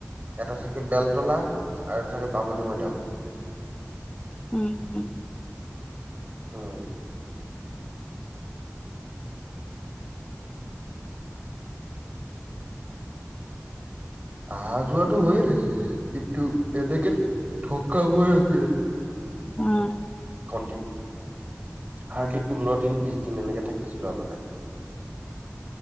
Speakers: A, on the right; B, on the left.
A: এটা থাকে বেলতলা আৰু এটা থাকে বামুণী ময়দাম।
B: উম- উম।
A: উম, অহা যোৱাটো হৈয়ে থাকিল কিন্তু এনেকে থকা হোৱাক
B: উম,
A: ট হাৰ্ডলি পোন্ধৰ দিন বিশ দিন এনেকে থাকিছিলো আগতে আহি <inaudible>